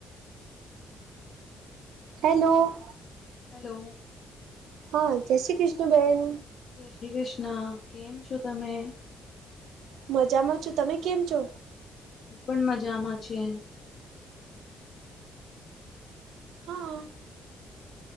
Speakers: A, on the right (about 85°); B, on the left (about 55°).
A: હેલો
B: હલો
A: હા જય શ્રી કૃષ્ણ બહેન
B: જય શ્રી કૃષ્ણ કેમ છો તમે
A: મજામાં છું તમે છો
B: હું પણ મજામાં છે.
A: હા